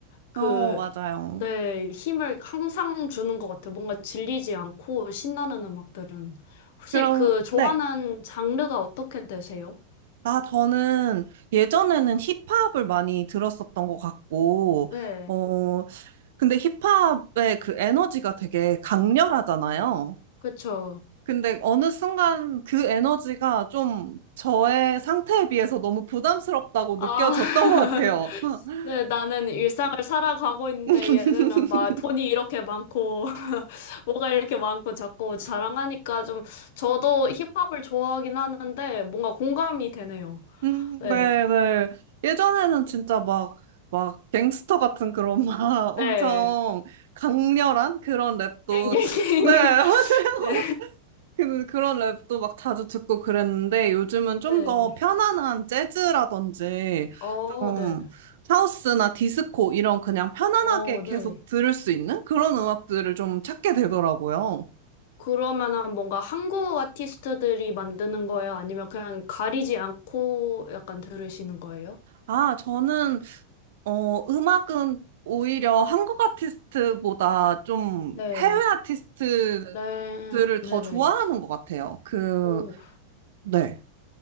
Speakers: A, on the left (about 50°); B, on the right (about 55°).
A: 그,
B: 어, 맞아요.
A: 내 힘을 항상 주는 것 같아요. 뭔가 질리지 않고 신나는 음악들은. 혹시
B: 그럼,
A: 그 좋아하는
B: 네.
A: 장르가 어떻게 되세요?
B: 아, 저는 예전에는 힙합을 많이 들었었던 것 같고,
A: 네,
B: 어, 근데 힙합의 그 에너지가 되게 강렬하잖아요.
A: 그쵸.
B: 근데 어느 순간 그 에너지가 좀 저의 상태에 비해서 너무 부담스럽다고 느껴졌던
A: 아, <laughs>
B: 것 같아요. <laughs>
A: 네, 나는 일상을 살아가고 있는데
B: 응 <laughs>
A: 얘네는 막 돈이 이렇게 많고, <laughs> 뭐가 이렇게 많고 자꾸 자랑하니까 좀, 저도 힙합을 좋아하긴 하는데 뭔가 공감이 되네요.
B: 음,
A: 네,
B: 네, 네. 예전에는 진짜 막, 막, 갱스터 같은 그런 막
A: 네.
B: <laughs> 엄청 강렬한 그런 랩도,
A: 갱갱갱.
B: 지- 네, <laughs> 하세요.
A: <laughs> 네.
B: 그, 그런 랩도 막 자주 듣고 그랬는데 요즘은 좀
A: 네.
B: 더 편안한 재즈라든지
A: 어,
B: 좀
A: 네네.
B: 하우스나 디스코 이런 그냥 편안하게
A: 어, 네.
B: 계속 들을 수 있는 그런 음악들을 좀 찾게 되더라고요.
A: 그러면은 뭔가 한국 아티스트들이 만드는 거예요? 아니면 그냥 가리지 않고 약간 들으시는 거예요?
B: 아, 저는 어, 음악은 오히려 한국 아티스트보다 좀
A: 네.
B: 해외 아티스트들을
A: 네. 네네.
B: 더 좋아하는 것 같아요. 그,
A: 오
B: 네.